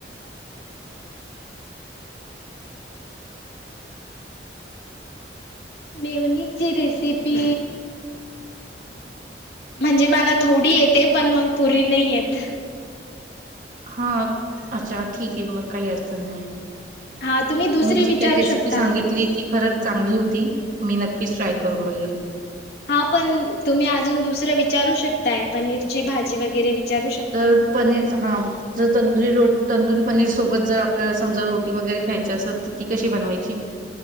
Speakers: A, on the left; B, on the right.
A: मेवनीज ची रेसिपी <unintelligible> म्हणजे मला थोडी येते पण मग पुरी नाही येत.
B: हा अच्छा ठीक आहे मग काही अडचण नाही.
A: हा तुम्ही दुसरी
B: तुम्ही जी
A: विचारू
B: काही रेसिपी
A: शकतात
B: सांगितली ती खरंच चांगली होती. मी नक्कीच ट्राय करून बघेल
A: हा पण तुम्ही अजून दुसरं विचारू शकताय पनीरची भाजी वगैरे विचारू शकताय
B: तर पनीर हा जर तंदुरी रोट तंदुरी पनीर सोबत जर आपल्याला समजा रोटी वगैरे खायची असेल ती कशी बनवायची?